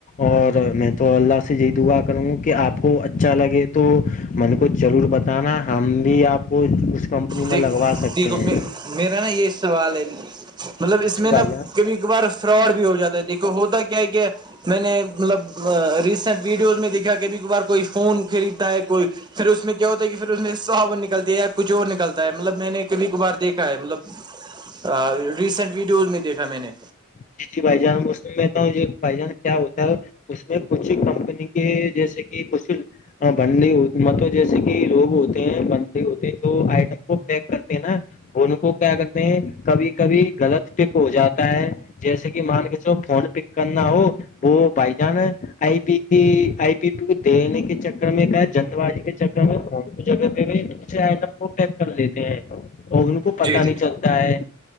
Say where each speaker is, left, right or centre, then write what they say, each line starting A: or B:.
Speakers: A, on the left; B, on the right.
A: اور میں تو اللہ سے یہی دعا کروں گا کہ آپ کو اچھا لگے تو من کو ضرور بتانا ہم بھی آپ کو اس کمپنی
B: دیک
A: میں لگوا سکتے
B: دیکھو
A: ہیں
B: میرا نا یہ سوال ہے مطلب
A: جی
B: اس
A: جی
B: میں
A: بھائی
B: نا
A: جان
B: کبھی بار فراڈ بھی ہو جاتا ہے دیکھو ہوتا کیا ہے کیا میں نے مطلب ریسینٹ ویڈیوز میں دیکھا کبھی کبھار کوئی فون خریدتا ہے کوئی پھر اس میں کیا ہوتا ہے کہ پھر اس میں صاون نکل ہے یا کچھ اور نکلتا مطلب میں نے کبھی کبھار دیکھا ہے مطلب ریسینٹ ویڈیوز میں دیکھا میں نے
A: جی جی بھائی جان ب میںتا ہوں یہ بھائی جان کیا ہوتا ہے اس میں کچھ کمپنی کے جیسے کہ کچھ ہاں بندی مطلب جیسے کہ لوگ ہوتے ہیں بندے ہوتے ہیں جو آئٹم کو پیک کرتے ہیں نا دونوں کو کیا کرتے ہیں کبھی کبھی غلط پک ہو جاتا ہوتا ہے جیسے کہ مان کے چو فون پک کرنا ہو وہ بھائی جان ہے آئی پی کی آئی پی پی کو دینے کے چکر میں کا ہے جند بازی کے چکر میںون کو جگے ہوئے دوسرے آئٹم کو پیک کر لیتے ہیں اور کو کو
B: جی
A: پتا
B: جی
A: نہیں چلتا ہے